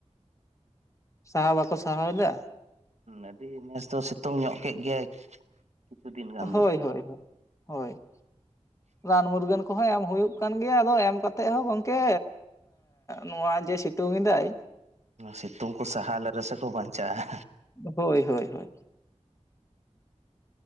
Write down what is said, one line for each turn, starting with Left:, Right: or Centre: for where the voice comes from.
Left: ᱥᱟᱦᱟᱣ ᱵᱟᱠᱚ ᱥᱟᱦᱟᱣ ᱮᱫᱟ᱾
Right: ᱟᱹᱰᱤ ᱱᱮᱥ ᱫᱚ ᱥᱤᱛᱩᱝ ᱧᱚᱜ ᱠᱮᱫ ᱜᱮᱭᱟᱭ᱾ ᱠᱤᱪᱷᱩ ᱫᱤᱱ ᱜᱟᱱ
Left: ᱦᱳᱭ
Right: ᱫᱚ
Left: ᱦᱳᱭ ᱦᱳᱭ ᱦᱳᱭ
Right: <inaudible>
Left: ᱨᱟᱱ ᱢᱩᱨᱜᱟᱹᱱ ᱠᱚᱦᱚᱸ ᱮᱢ ᱦᱩᱭᱩᱜ ᱠᱟᱱ ᱜᱮᱭᱟ ᱟᱫᱚ ᱮᱢ ᱠᱟᱛᱮᱜ ᱦᱚᱸ ᱜᱚᱝᱠᱮ ᱱᱚᱣᱟ ᱡᱮ ᱥᱤᱛᱩ ᱛᱩᱧ ᱮᱫᱟᱭ
Right: ᱥᱤᱛᱩᱝ ᱠᱚ ᱥᱟᱦᱟᱶ ᱞᱮ ᱨᱮ ᱥᱮ ᱠᱚ ᱵᱟᱧᱪᱟᱜᱼᱟ᱾
Left: ᱦᱳᱭ ᱦᱳᱭ ᱦᱳᱭ